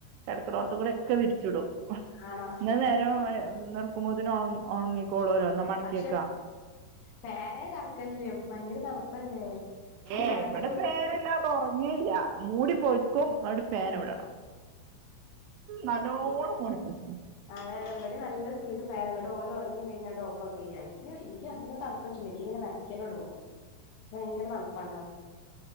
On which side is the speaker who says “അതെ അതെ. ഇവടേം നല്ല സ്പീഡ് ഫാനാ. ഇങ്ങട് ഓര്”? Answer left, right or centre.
Left